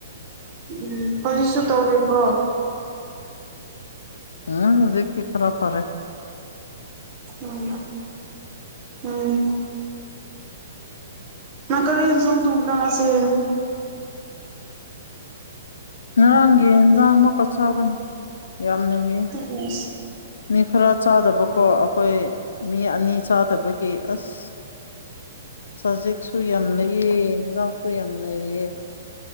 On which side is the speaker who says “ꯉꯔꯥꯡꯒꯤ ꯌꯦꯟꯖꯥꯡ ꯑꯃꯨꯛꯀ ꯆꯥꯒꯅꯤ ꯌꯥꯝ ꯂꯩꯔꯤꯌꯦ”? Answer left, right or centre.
Left